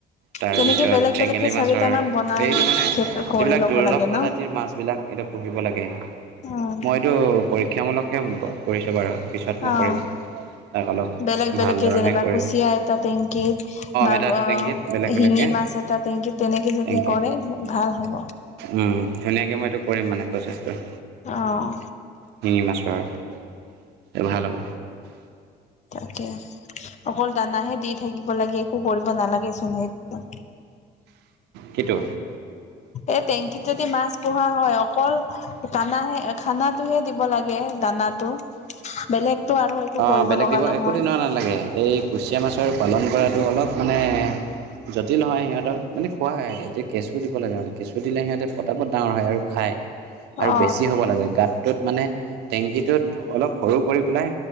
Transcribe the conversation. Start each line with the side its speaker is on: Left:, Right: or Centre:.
Right: তাৰপিছত
Left: তেনেকে বেলেগ
Right: চেঙেলী
Left: বেলেগকে চাৰিটামান
Right: মাছৰ
Left: বনাই
Right: এইটো মানে,
Left: খে কৰি
Right: যিবিলাক
Left: ল'ব
Right: দুৰ্লভ
Left: লাগে
Right: প্ৰজাতিৰ
Left: ন
Right: মাছবিলাক এইটো পঢ়িব লাগে
Left: উম
Right: মইতো পৰীক্ষামূলকহে কৰিছোঁ বাৰু পিছত মই
Left: অ
Right: কৰিম তাক অলপ
Left: বেলেগ বেলেগে
Right: ভাল ধৰণে
Left: যেনিবা
Right: কৰিম
Left: কুচিয়া এটা টেংকি মা
Right: এটা এটা
Left: অ
Right: টেংকিত বেলেগ
Left: শিঙি
Right: বেলেগকে
Left: মাছ এট টা টেংকিত তেনেকে যদি
Right: টেংকি
Left: কৰে ভাল হ'ব
Right: উম সেনেকে মই এইটো কৰিম মানে প্ৰচেছটো
Left: অঁ
Right: শিঙি মাছৰ ভাল হ'ব
Left: তাকে অকল দানাহে দি থাকিব লাগে একো কৰিব নালাগে চোন সে কোৱা
Right: কিতো
Left: এ টেংকীত যদি মাছ পোহা হয় অকল দানাহে খানাটোহে দিব লাগে দানাটো বেলেগত আৰু একো
Right: অ'
Left: কৰিব
Right: বেলেগ
Left: লগা
Right: দিব
Left: নহয়
Right: একো দিনৰ নালাগে এই কুচিয়া মাছৰ পালন কৰাটো, অলপ মানে জটিল হয় সিহঁতক মানে খোৱা হয় এতিয়া কেঁচু দিব লাগে মানে কেঁচু দিলে সিহঁতে পতাপত ডাঙৰ হয় আৰু খায় আৰু
Left: অ
Right: বেছি হ'ব লাগে গাতটোত মানে টেংকিটোত অলপ সৰু কৰি পেলাই